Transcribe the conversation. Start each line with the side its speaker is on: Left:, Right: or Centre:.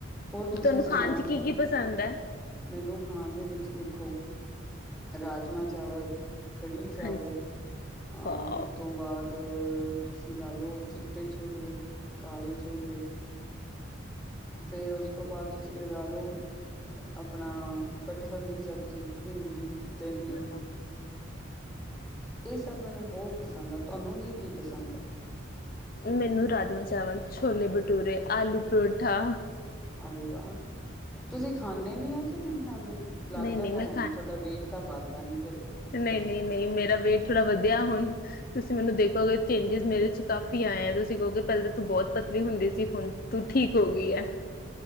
Centre: ਹੋਰ ਤੁਸੀਂ
Left: ਤੁਹਾਨੂੰ ਖਾਣ
Centre: ਸੁਣਾਓਗੇ
Left: ਚ ਕੀ ਕੀ ਪਸੰਦ ਹੈ
Centre: ਮੈਨੂੰ ਖਾਣ ਦੇ ਵਿੱਚ ਦੇਖੋ ਰਾਜਮਾਂ ਚਾਵਲ ਕੜੀ ਚਾਵਲ
Left: ਹਾਂਜੀ
Centre: ਅਹ
Left: ਵਾਓ
Centre: ਉਸ ਉਸ ਤੋਂ ਬਾਅਦ ਤੁਸੀਂ ਲਾਾਲਓ ਚਿੱਟੇ ਛੋਲੇ ਕਾਲੇ ਛੋਲੇ ਫੇਰ ਉਸ ਤੋ ਬਾਅਦ ਤੁਸੀਂ ਲਗਾ ਲੋ ਆਪਣਾ ਕਟਹਲ ਦੀ ਸਬਜ਼ੀ, ਭਿੰਡੀ ਦਹੀਂ
Left: ਅੱਛਾ <inaudible>
Centre: ਏ ਸਭ ਮੈਨੂੰ ਬੌਤ ਪਸੰਦ ਆ! ਤਾਨੂੰ ਕੀ -ਕੀ ਪਸੰਦ ਆ?
Left: ਮੈਨੂੰ ਰਾਜਮਾਂ ਚਾਵਲ, ਛੋਲੇ ਭਟੂਰੇ, ਆਲੂ ਪਰੌਂਠਾ
Centre: ਅਰੇ ਵਾਹ, ਤੁਸੀਂ ਖਾਨੇ ਵੀ ਆ ਕਿ ਨਈ ਖਾਂਦੇ? ਲੱਗਦਾ
Left: ਨਹੀਂ ਨਹੀਂ
Centre: ਤਾਂ
Left: ਮੈਂ
Centre: ਹੈ ਨੀ! ਥੋਡਾ ਵੇਟ ਤਾਂ ਵੱਧਦਾ ਨੀ ਕਦੇ।
Left: ਨਈ -ਨਈ - ਨਈ ਮੇਰਾ ਵੇਟ ਥੋੜ੍ਹਾ ਵਧਿਆ ਹੁਣ। ਤੁਸੀਂ ਮੈਨੂੰ ਦੇਖੋਗੇ ਚੇਂਜਿਸ ਮੇਰੇ ਚ, ਕਾਫੀ ਆਏਂ ਆ ਤੁਸੀਂ ਕਹੋਗੇ! ਪੈਲੇ ਤੇ ਤੂੰ ਬੌਤ ਪਤਲੀ ਹੁੰਦੀ ਸੀ ਹੁਣ ਤੂੰ ਠੀਕ ਹੋ ਗਈ ਐਹ।